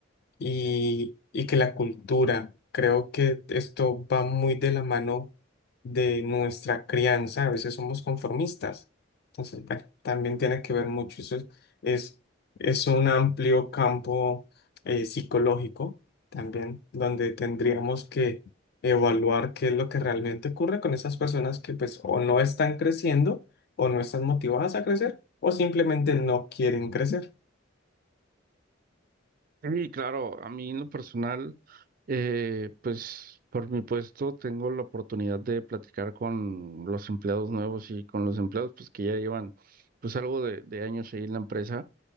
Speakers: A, on the left; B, on the right.
A: y, y que la cultura. Creo que esto va muy de la mano de nuestra crianza. A veces somos conformistas. Entonces, bueno, también tiene que ver mucho. Eso es, es, es un amplio campo eh, psicológico también, donde tendríamos que evaluar qué es lo que realmente ocurre con esas personas que pues o no están creciendo o no están motivadas a crecer o simplemente no quieren crecer.
B: Sí, claro, a mí en lo personal. Eh, pues por mi puesto tengo la oportunidad de platicar con los empleados nuevos y con los empleados pues que ya llevan pues algo de, de años ahí en la empresa